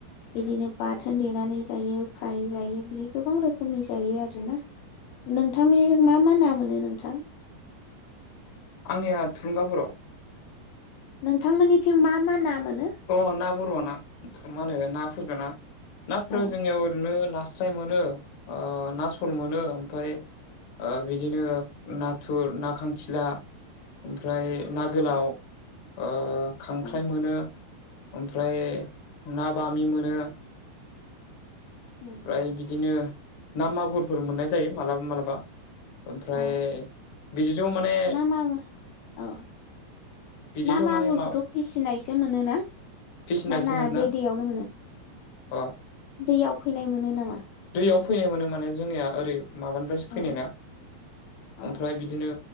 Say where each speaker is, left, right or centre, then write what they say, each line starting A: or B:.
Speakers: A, on the left; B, on the left.
A: बिदिनो बाथोन देनानै जायो फ्राय जायो बिदि गोबां रोखोमनि जायो आरोना नोंथांनिजों मा मा ना मोनो नोंथां?
B: आंनिया थुलुंगा बर'।
A: नोंथां मोननिथिं मा मा ना मोनो?
B: अ ना बर' ना मा होनो नाफोरफोरखौ ना नाफोरा
A: औ
B: जोंनियाव ओरैनो नास्राय मोनो, ओ ना सल मोनो ओमफ्राय ओ बिदिनो नाथुर, ना खांखिला, ओमफ्राय ना गोलाव,
A: औ
B: ओ खांख्राइ
A: औ
B: मोनो, ओमफ्राय ना बामि मोनो।
A: उम
B: ओमफ्राय बिदिनो ना मागुरफोर मोननाय जायो मालाबा मालाबा। ओमफ्राय
A: औ
B: बिदिथ' माने
A: ना मा औ
B: बिदिथ'
A: ना मागुरखौथ'
B: माने मा
A: फिसिनायसो मोनो ना
B: फिसिनायसो
A: ना ना
B: मोनना
A: बे दैयावनो मोनो?
B: अ
A: दैयाव फैनाय मोनो नामा
B: दैयाव फैनाय मोनो माने जोंनिया ओरै माबानिफ्रायसो फैनाय
A: ए
B: ना
A: औ
B: ओमफ्राय बिदिनो